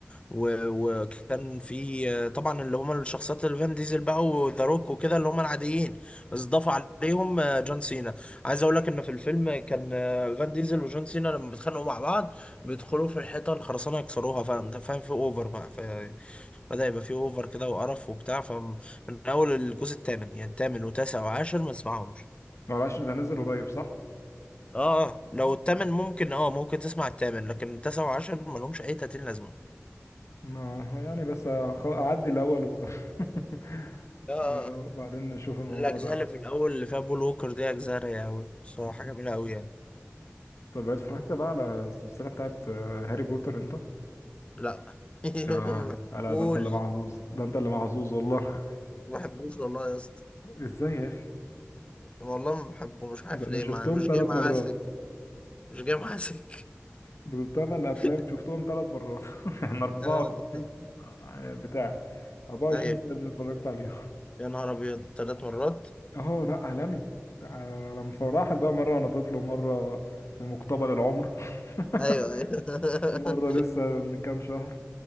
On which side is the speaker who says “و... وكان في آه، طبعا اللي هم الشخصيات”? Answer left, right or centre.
Left